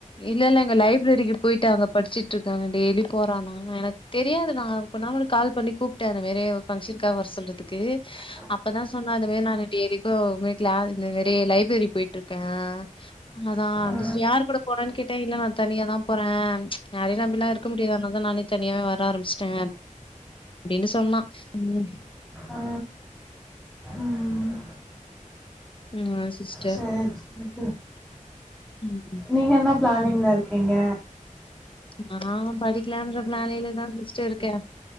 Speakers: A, on the left; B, in the centre.
A: இல்ல இல்ல அங்க லைப்ரரிக்கு போயிட்டு அங்க படிச்சிட்டு இருக்காங்க டெய்லி போறான்னா எனக் தெரியாது நா கொன்னா முன்னாடி கால் பண்ணி கூப்ட்டே அந்த மாரி ஃபங்க்ஷனுக்காக வர சொல்றதுக்கு
B: <inaudible>
A: இப்பதா சொன்னா அந்த மாரி நானு டெய்லிக்கு வீட்ல இந்த மேரி லைப்ரரி போயிட்டு இருக்கே அதா அப்டி
B: ம்
A: சேரி யார் கூட போறேன்னு கேட்டே இல்ல நா தனியாதா போறே யாரையு நம்பில்லா இருக்க முடியாது அதுனாலதா நானே தனியாவே வர ஆரம்புச்சுட்டே அப்டின்னு சொன்னா ம்
B: ஆ ம்
A: ம் ஆமா சிஸ்
B: சேரி நித்து
A: ம் ம்
B: நீங்க என்ன பிளானிங்கில்ல இருக்கீங்க
A: நா படிக்கலான்ற பிளானிங்கில்லதா சிஸ்டர் இருக்கேன்